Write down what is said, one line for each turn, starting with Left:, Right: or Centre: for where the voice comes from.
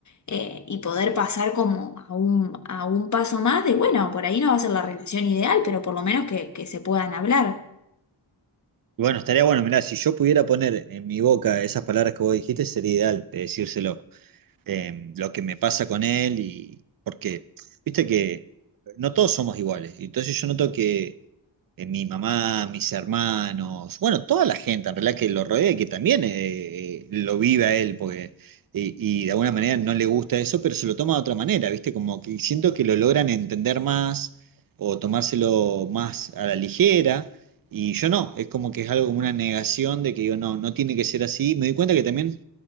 Left: eh, y poder pasar como a un, a un paso más de, bueno, por ahí no va a ser la relación ideal, pero por lo menos que, que se puedan hablar.
Right: Y Bueno, estaría bueno, mirá, si yo pudiera poner en mi boca esas palabras que vos dijiste, sería ideal de decírselo. eh, lo que me pasa con él y porque, viste que no todos somos iguales. Y entonces yo noto que eh, mi mamá, mis hermanos, bueno, toda la gente en realidad que lo rodea y que también eh, eh, lo vive a él, porque, y, y de alguna manera no le gusta eso, pero se lo toma de otra manera, viste, como que siento que lo logran entender más o tomárselo más a la ligera. Y yo no, es como que es algo como una negación de que digo, no, no tiene que ser así. Me doy cuenta que también